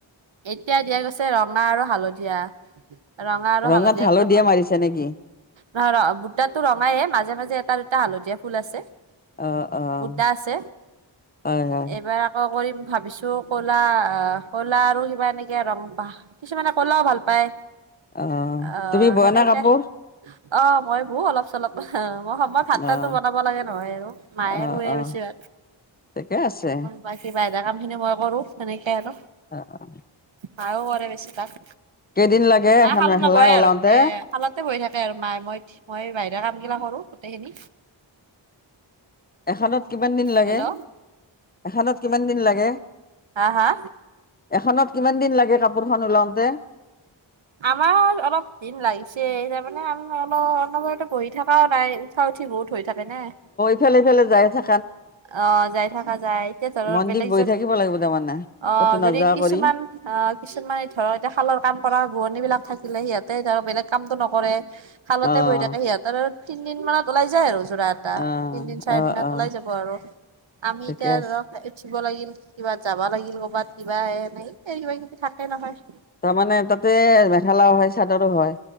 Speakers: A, on the right; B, on the left.
A: এতিয়া দিয়া গৈছে ৰঙা আৰু হালধীয়া। ৰঙা আৰু
B: ৰঙত
A: হালধীয়াটো
B: হালধিয়ে
A: মই-
B: মাৰিছে নেকি?
A: নহয় ৰ' সূতাটো ৰঙাইে মাজে-মাজে এটা-দুটা হালধীয়া ফুল আছে।
B: অ', অ',
A: সূটা আছে।
B: হয়, হয়,
A: এইবাৰ আৰম্ভ- কৰিম ভাবিছোঁ ক'লা- ক'লা আৰু কিবা এনেকে ৰং পাহ কিছুমানে কলাও ভাল পায়।
B: অ',
A: অ',
B: তুমি বোৱা
A: সেনেকে,
B: নে
A: এতিয়া
B: কাপোৰ?
A: অঁ' মই শু অলপ-চলপ। অহ', মই সময়ত ভাতটো
B: অ',
A: বনাব লাগে নহয় আৰু, মায়ে
B: অ',
A: বৱে
B: অ',
A: বেছি ভাগ।
B: ঠিকে আছে।
A: বা কিবা এটা কাম খিনি মই কৰো সেনেকে আৰু।
B: অ', -অহ',।
A: মাইও কৰে বেছি ভাগ।
B: কেইদিন লাগে
A: মায়ে
B: এখন
A: শাল
B: মেখেলা
A: নবয়ে
B: ওলাওতে
A: আৰু এ' শালতে বহি থাকে আৰু মায়ে, মই-মই বাহিৰা কাম গিলা কৰো গোটেইখিনি।
B: এখনত কিমান দিন লাগে?
A: হেল্ল'
B: এখনত কিমান দিন লাগে?
A: হা-হা?
B: এখনত কিমান দিন লাগে কাপোৰখন ওলাও তে?
A: আমাৰ অলপ দিন লাগিছে তাৰমানে আমি অলপ অনবতে বহি থকাও নাই উঠা উঠি বহুত, হৈ থাকে নে।
B: ইফালে-ফালে যায় থা
A: অ যাই থকা যায় এতিয়া ধৰ
B: মন
A: বেলেগ
B: দি বহি থাকিব লাগিব তাৰমানে
A: আহ
B: ক'তো
A: যদি
B: নাযোৱা
A: কিছুমান।
B: কৰি
A: আহ কিছুমানে ধৰক এতিয়া খালৰ কাম কৰা ভুৱনী বিলাক থাকিলে সিহঁতে ধৰক বেলেগ কামটো নকৰে। খালতে
B: অ',
A: বহি থাকে সিহঁতৰ আৰু তিন দিন মানত ওলাই যায় আৰু যোৰা এটা
B: অ',
A: তিনদিন চাৰি
B: অ',
A: দিনত
B: অ',
A: ওলাই যাব। কৰ আমি
B: ঠিকে
A: এতিয়া
B: আছে
A: ধৰক, উঠিব লাগিল কিবা যাবা লাগিল কৰবাত কিবা এ এনে কিবা কিবি থাকে নহয়।
B: তাৰমানে তাতে মেখেলাও হয় চাদৰো হয়।